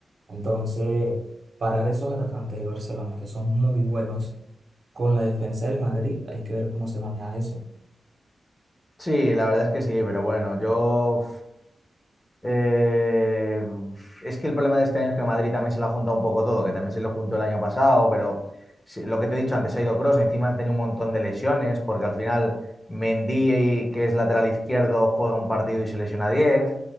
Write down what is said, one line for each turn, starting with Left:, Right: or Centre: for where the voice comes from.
Right: Entonces, parar esos atacantes del Barcelona, que son muy buenos, con la defensa del Madrid, hay que ver cómo se maneja eso.
Left: Sí, la verdad es que sí, pero bueno, yo Eh, es que el problema de este año es que el Madrid también se lo ha juntado un poco todo, que también se lo juntó el año pasado, pero se- lo que te he dicho antes, ha ido Kroos, encima ha tenido un montón de lesiones, porque al final Mendy, que es lateral izquierdo, juega un partido y se lesiona diez,